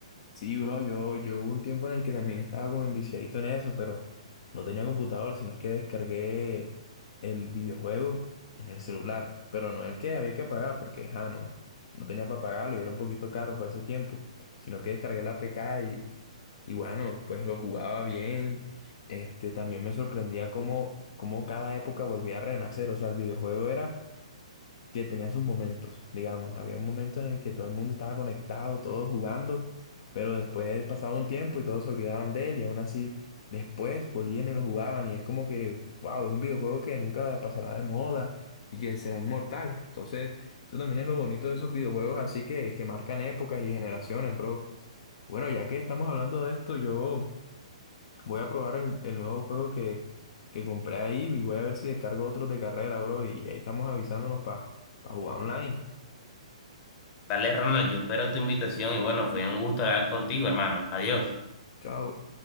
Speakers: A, on the left; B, on the left.
A: Sí, bro, yo, yo hubo un tiempo en el que también estaba como enviciadito en eso, pero no tenía computador, sino es que descargué el videojuego en el celular, pero no el que había que pagar, porque ja, no, no tenía para pagarlo y era un poquito caro para ese tiempo, sino que descargué la APK y, y bueno, pues lo jugaba bien. Este, también me sorprendía cómo, cómo cada época volvía a renacer, o sea, el videojuego era que tenía sus momentos, digamos. Había un momento en el que todo el mundo estaba conectado, todos jugando, pero después pasaba un tiempo y todos se olvidaban de él y aún así después volvían y lo jugaban y es como que, wow, es un videojuego que nunca pasará de moda y que será inmortal. Entonces, eso también es lo bonito de esos videojuegos así que, que marcan épocas y generaciones, bro. Bueno, ya que estamos hablando de esto, yo... Voy a probar el, el nuevo juego que, que compré ahí y voy a ver si descargo otros de carrera, bro. Y ahí estamos avisándonos para jugar online.
B: Dale, Ronald, yo espero tu invitación y bueno, fue un gusto hablar contigo, hermano. Adiós.
A: Chao.